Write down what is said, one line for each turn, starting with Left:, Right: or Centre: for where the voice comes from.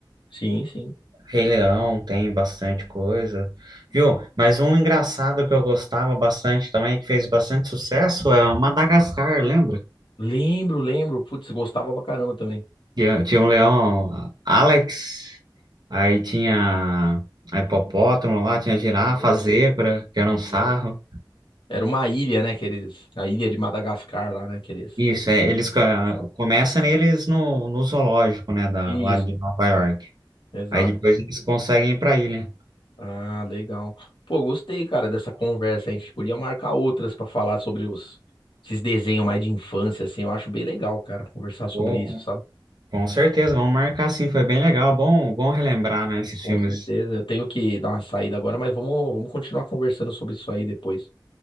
Left: Sim, sim.
Right: Rei Leão tem bastante coisa, viu? Mas um engraçado que eu gostava bastante também, que fez bastante sucesso, é o Madagascar, lembra?
Left: Lembro, lembro. Putz, gostava pra caramba também.
Right: Tinha, tinha um leão Alex, aí tinha a hipopótamo lá, tinha a girafa,
Left: Sim,
Right: a zebra, que era um sarro.
Left: sim. Era uma ilha, né, que eles... A ilha de Madagascar lá, né, que eles
Right: Isso, é, eles co-
Left: que passavam.
Right: começam neles no, no zoológico, né, da,
Left: Isso,
Right: lá de Nova York.
Left: exato.
Right: Aí depois eles conseguem ir pra ilha.
Left: Ah, legal. Pô, gostei, cara, dessa conversa. A gente podia marcar outras pra falar sobre os... Esses desenhos mais de infância, assim. Eu acho bem legal, cara, conversar sobre
Right: Pô,
Left: isso,
Right: com
Left: sabe?
Right: com certeza, vamos marcar sim, foi bem legal, bom, bom relembrar, né, esses
Left: Com
Right: filmes.
Left: certeza. Eu tenho que dar uma saída agora, mas vamos, vamos continuar conversando sobre isso aí depois.